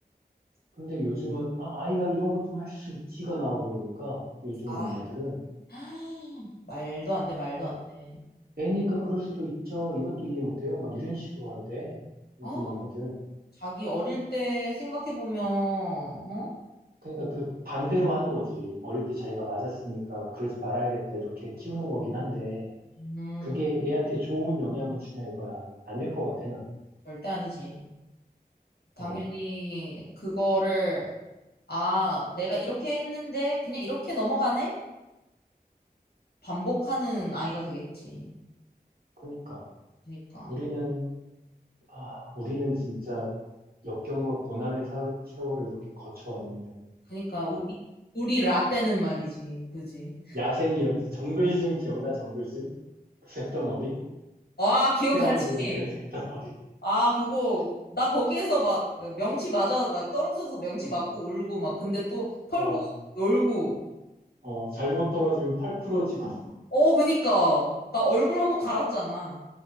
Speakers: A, on the right; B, on the left.
A: 근데 요즘은, 아, 아이가 이런 것 좀 할 수 있지가 나와버리니까, 요즘
B: 아,
A: 엄마들은.
B: <gasps> 말도 안 돼, 말도 안 돼.
A: 애니까 그럴 수도 있죠. 이것도 이해 못해요. 막 이런 식으로 한대. 요즘
B: 어,
A: 엄마들.
B: 자기 어릴 때 생각해 보면, 어?
A: 그러니까 그 반대로 하는 거지. 어릴 때 자기가 맞았으니까 그러지 말아야겠다. 이렇게 키우는 거긴 한데,
B: 음,
A: 그게 애한테 좋은 영향을 주냐 이거야. 아닐 것 같아, 난.
B: 절대 아니지. 당연히
A: 어,
B: 그거를 아, 내가 이렇게 했는데 그냥 이렇게 넘어가네? 반복하는 아이가 되겠지.
A: 그러니까.
B: 그러니까,
A: 우리는, 아, 우리는 진짜 역경과 고난의 사- 세월을 이렇게 거쳐왔는데.
B: 그러니까 우리 우리 라떼는 말이지, 그지?
A: 야생이었지. 정글짐 기억나? 정글짐? 그 색덩어리?
B: 와, 기억나지?
A: 피라미드 어? 형태의 색덩어리.
B: 아, 그거, 나 거기에서 막 어, 명치 맞아, 막 떨어져서 명치
A: 어,
B: 맞고 울고 막, 근데 또 털고
A: 어,
B: 놀고.
A: 어, 잘못 떨어지면 팔 부러지고.
B: 어, 그니까. 나 얼굴 한번 갈았잖아.